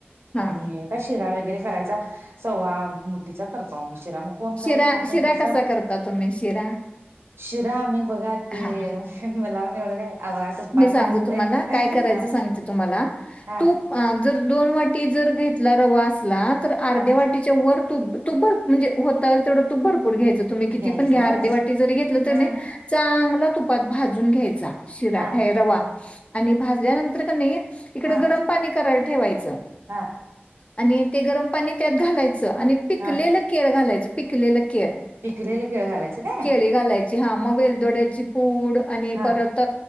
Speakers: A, on the left (about 30°); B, on the right (about 70°).
A: हा
B: आणि शिरा वगैरे करायचा, सवा मुठीचा परताळणी शिरा कोण
A: शिरा
B: काय खात नाही
A: शिरा
B: प्रसाद
A: कसा करता तुम्ही शिरा
B: शिरा आम्ही बघा ते,
A: हा
B: मला पण एवढं काय आ बघा तुप्पात
A: मी सांगते
B: भाजतय
A: तुम्हाला काय करायचं
B: हा
A: सांगते तुम्हाला.
B: हा
A: तूप अ जर दोन वाटी जर घेतला रवा असला तर अर्ध्या
B: हा
A: वाटी चंवर तुप, तुप भा म्हणजे होता होईल तेवढं तुप भरपूर घ्यायचं. तुम्ही किती
B: घ्यायचं
A: पण घ्या,
B: होय
A: अर्धे वाटी जरी घेतलं तुम्हे
B: हा
A: चांगल तुपात भाजून घ्यायचा. शिरा
B: हं.
A: हे रवा आणि भाजल्यानंतर कणी इकडं
B: हा
A: गरम पाणी करायला ठेवायचं
B: हा
A: आणि ते गरम पाणी त्यात घालायचं आणि पिकलेलं
B: हा
A: केळ घालायचं पिकलेलं केळ
B: पिकलेले केळ घालायचं काय
A: केळी घालायची हा मग वेलदोड्याची पूड आणि परत
B: हा